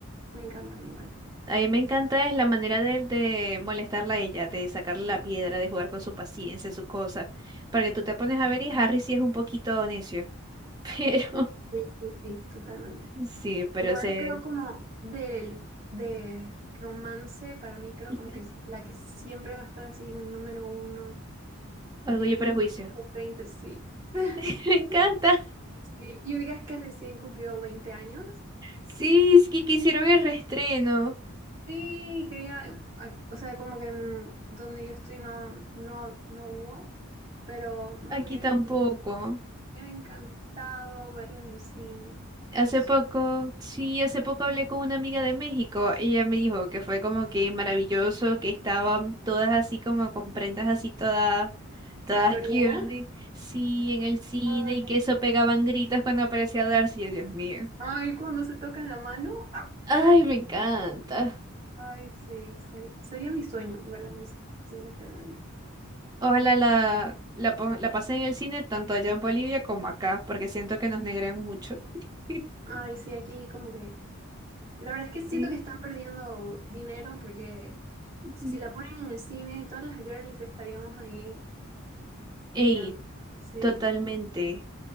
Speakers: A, on the right; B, on the right.
A: Me encantan igual.
B: A mí me encanta es la manera de, de molestarla a ella, de sacarle la piedra, de jugar con su paciencia, su cosa. Porque tú te pones a ver y Harry sí es un poquito necio. <laughs> Pero,
A: Sí, sí, sí, totalmente.
B: sí, pero
A: Igual
B: se...
A: creo como del, de romance, para mí creo
B: Ujú.
A: como que es la que siempre va a estar así, mi número uno, y
B: Orgullo
A: que he
B: y
A: visto
B: prejuicio.
A: más de 30, sí. <laughs>
B: <laughs> Me encanta.
A: Sí, y ubicas que recién cumplió 20 años.
B: Sí, es que quisieron el reestreno.
A: Sí, quería, a- o sea, como que en donde yo estoy no, no, no hubo, pero me
B: Aquí
A: hubiera
B: tampoco.
A: encan- me hubiera encantado verla en el cine.
B: Hace
A: Mis
B: poco, sí, hace poco hablé con una amiga de México. Ella me dijo que fue como que maravilloso, que estaban todas así como con prendas así todas, todas
A: Victoriana.
B: girly, sí, en el cine
A: Ay,
B: y que eso pegaban gritos cuando aparecía Darcy. Yo, Dios mío.
A: ay, cuando se tocan la mano.
B: Ay, me encanta.
A: Ay, sí, seri- sería mi sueño verla en el cine realmente.
B: Ojalá la, la, po- la pasé en el cine tanto allá en Bolivia como acá, porque siento que nos negrean mucho. <laughs>
A: Ay, sí, aquí como que... La verdad es que siento
B: Sí.
A: que están perdiendo dinero porque
B: Ujú.
A: si la ponen en el cine, todas las girlies estaríamos ahí mirando.
B: Ey,
A: Sí.
B: totalmente.